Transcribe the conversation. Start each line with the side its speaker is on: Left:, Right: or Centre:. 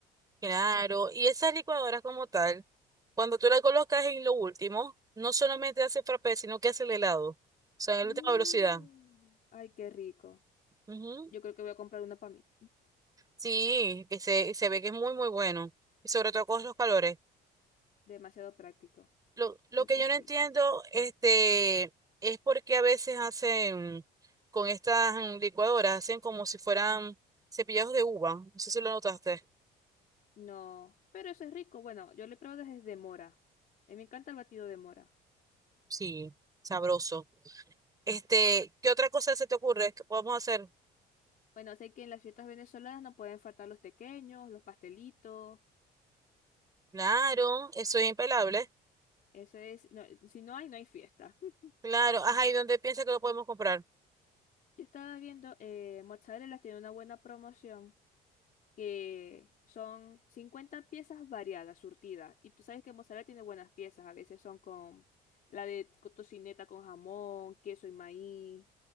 Right: Claro, y esas licuadoras como tal, cuando tú las colocas en lo último, no solamente hace frappé, sino que hace el helado. O sea, en
Left: Uh.
Right: la última velocidad.
Left: Ay, qué rico.
Right: Ujú.
Left: Yo creo que voy a comprar uno para mí.
Right: Sí, que se, se ve que es muy, muy bueno. Y sobre todo con los calores.
Left: Demasiado práctico.
Right: Lo, lo
Left: Entonces
Right: que yo no
Left: sí.
Right: entiendo, este, es porque a veces hacen con estas mm, licuadoras, hacen como si fueran cepillados de uva. No sé si lo notaste.
Left: No, pero eso es rico. Bueno, yo lo he probado desde mora. A mí me encanta el batido de mora.
Right: Sí, sabroso. Este, ¿qué otra cosa se te ocurre que podemos hacer?
Left: Bueno, sé que en las fiestas venezolanas no pueden faltar los tequeños, los pastelitos.
Right: Claro, eso es impelable.
Left: Eso es, no, si no hay, no hay fiesta. <laughs>
Right: Claro, ajá, ¿y dónde piensas que lo podemos comprar?
Left: Yo estaba viendo, eh, Mozzarella tiene una buena promoción que son 50 piezas variadas, surtidas. Y tú sabes que Mozzarella tiene buenas piezas. A veces son con la de co- tocineta con jamón, queso y maíz.